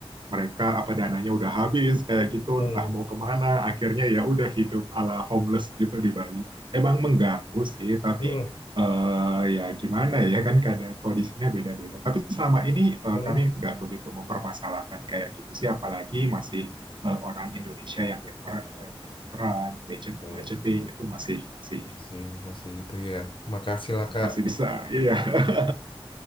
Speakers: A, on the right (about 55°); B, on the left (about 60°).
A: mereka apa dananya udah habis kayak gitu,
B: Hmm,
A: entah mau kemana, akhirnya ya udah hidup ala homeless gitu di Bali. Emang mengganggu sih, tapi
B: hmm,
A: eh, ya gimana ya kan kadang kondisinya beda-beda. Tapi selama ini eh,
B: hmm.
A: kami nggak begitu mempermasalahkan kayak gitu sih, apalagi masih eh, orang Indonesia yang backpack, eh, budget,
B: Iya,
A: budgeting itu masih masih
B: masih masih itu ya. Makasih lah Kak.
A: masih bisa. Iya. <laughs>